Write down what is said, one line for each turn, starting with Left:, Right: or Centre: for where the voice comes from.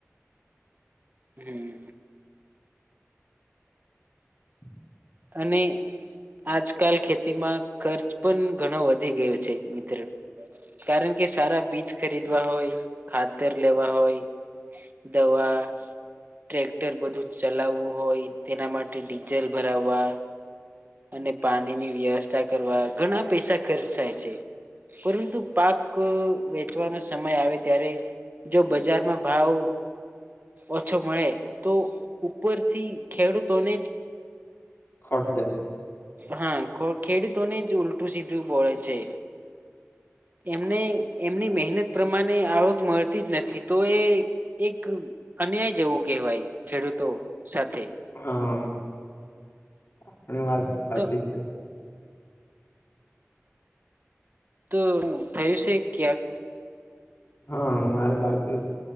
Right: હમ્મ.
Left: <inaudible>
Right: અને આજકાલ ખેતીમાં ખર્ચ પણ ઘણો વધી ગયો છે મિત્ર. કારણ કે સારા બીજ ખરીદવા હોય, ખાતર લેવા હોય દવા, ટ્રેક્ટર, બધું ચલાવવું હોય. તેના માટે ડીઝલ ભરાવવા અને પાણીની વ્યવસ્થા કરવા ઘણા પૈસા ખર્ચ થાય છે. પરંતુ પાક વેચવાનો સમય આવે ત્યારે જો બજારમાં ભાવ ઓછો મળે તો ઉપરથી ખેડૂતોને
Left: ખોટ જાય.
Right: હા ખેડૂતોને જ ઉલટું સીધું બોળે છે. એમને એમની મહેનત પ્રમાણે આવક મળતી જ નથી, તો એ એક અન્યાય જેવું કહેવાય ખેડૂતો સાથે.
Left: હા આપની વાત સાચી
Right: તો
Left: છે.
Right: તો થયું છે ક્યાંક
Left: હા મારી બાજુ